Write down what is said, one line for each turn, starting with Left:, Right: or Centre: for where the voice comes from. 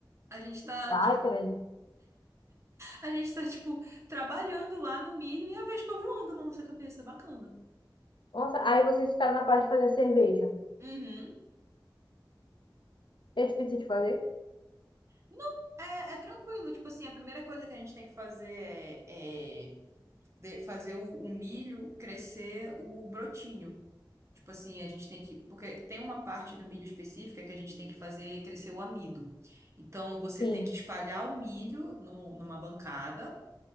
Right: A gente tá,
Left: ai,
Right: tipo,
Left: credo.
Right: a gente tá, tipo, trabalhando lá no milho e a vespa voando na nossa cabeça. Bacana.
Left: Nossa, aí vocês ficaram na parte de fazer a cerveja.
Right: Uhum.
Left: É difícil de fazer?
Right: Não, é, é tranquilo. Tipo assim, a primeira coisa que a gente tem que fazer é, é de- fazer o, o milho crescer o brotinho. Tipo assim, a gente tem que. Porque tem uma parte do milho específica que a gente tem que fazer crescer o amido. Então, você
Left: Sim,
Right: tem que espalhar o milho no- numa bancada,